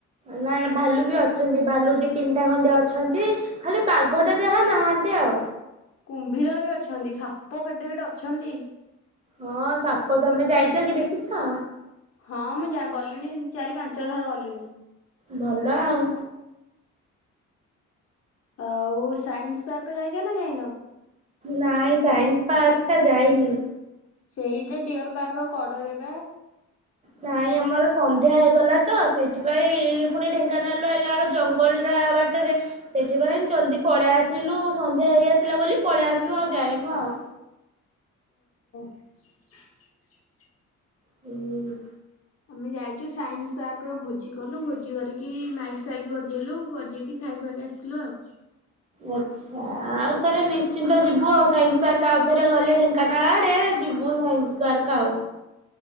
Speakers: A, on the right; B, on the left.
A: ନା ନା ଭାଲୁ ବି ଅଛନ୍ତି ଭାଲୁ ଦି ତିନିଟା ଖଣ୍ଡେ ଅଛନ୍ତି ଖାଲି ବାଘଟା
B: କୁ
A: ଯାହା ନାହାନ୍ତି ଆଉ।
B: କୁମ୍ଭୀର ବି ଅଛନ୍ତି ସାପ କେଡେ କେଡେ ଅଛନ୍ତି।
A: ହଁ ସାପ ତମେ ଯାଇଛ କି ଦେଖିଛ।
B: ହଁ ମୁଁ ଯା ଗଲିଣି ଚାରି ପାଞ୍ଚ ଥର ଗଲିଣିି।
A: ଭଲ ଆଉ।
B: ଆଉ ସାଇନ୍ସ ପାର୍କ ଯାଇଛ ନା ଯାଇନ।
A: ନାଇଁ ସାଇନ୍ସ ପାର୍କଟା ଯାଇନି।
B: ସେଇଟା ଡିଅର ପାର୍ଗ କଡରେ ବା।
A: ନାଇଁ ଆମର ସନ୍ ସନ୍ଧ୍ୟା ହେଇଗଲା ତ ସେଇଥିପାଇଁ ପୁଣି ଢେଙ୍କାନାଳ ହେଲା ବେଳୁ ଜଙ୍ଗଲଟା ବାଟରେ ସେଇଥିପାଇଁ ଜଲ୍ଦି ପଳେଇ ଆସିଲୁ। ସନ୍ଧ୍ୟା ହେଇ ଆସିଲା ବୋଲି ପଳେଇ ଆସିଲୁ ଆଉ ଯାଇନୁ ଆଉ।
B: <inaudible>
A: ହୁଁ।
B: ଆମେ ଯାଇଛୁ ସାଇନ୍ସ ପାର୍କର ଭୋଜି କଲୁ ଭୋଜି କରିକି ମାଇକି ଫାଇକି ବଜେଇଲୁ ବଜେଇକି ଖାଇ ଖୁଆକି ଆସିଲୁ ଆଉ।
A: ଆଚ୍ଛା ଆଉ ଥରେ ନିଶ୍ଚିନ୍ତ ଯିବୁ ଆଉ ସାଇନ୍ସ ପାର୍କ ଆଉ ଥରେ ଗଲେ ଢେଙ୍କାନାଳ ଆଡେ ଯିବୁ ସାଇନ୍ସ୍ ପାର୍କ ଆଉ।